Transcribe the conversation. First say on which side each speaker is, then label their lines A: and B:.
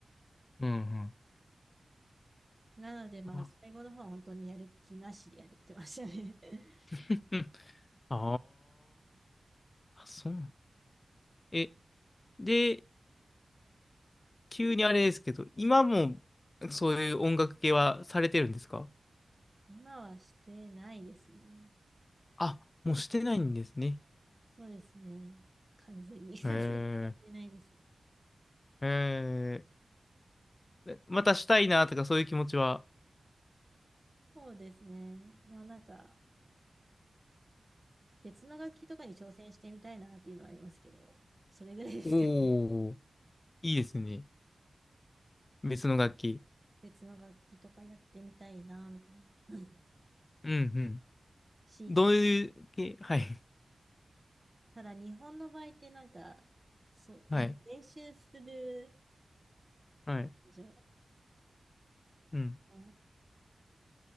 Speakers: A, on the left; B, on the right.
A: うん
B: なのでまあ、
A: うん。
B: 最後の方は本当にやる気なしでやれてましたね。<laughs>
A: <laughs> あーあ、あそうなん。え、で、急にあれですけど、今もそういう音楽系はされてるんですか
B: 今はしてないですね。
A: あ、もうしてないんですね。
B: そうですね。完全に <laughs> 完全にやってないですね。
A: へえ、へえ、えまたしたいなとかそういう気持ちは、
B: そうですね。まあなんか、別の楽器とかに挑戦してみたいなっていうのはありますけど、それぐらいですけど、
A: おお、
B: <laughs>
A: いいですね。別の楽器。
B: 別の楽器とかやってみたいな、みたいな。
A: うんうん。
B: 強いて。
A: どういう系はい、
B: ただ日本の場合ってなんか、そう、
A: はい、
B: なんか練習する、
A: はい、
B: なんでしょう、
A: うん。
B: あの